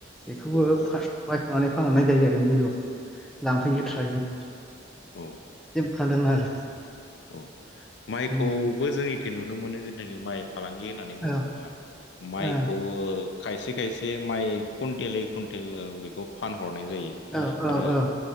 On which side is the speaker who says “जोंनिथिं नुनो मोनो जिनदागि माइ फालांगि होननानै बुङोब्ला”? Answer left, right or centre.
Left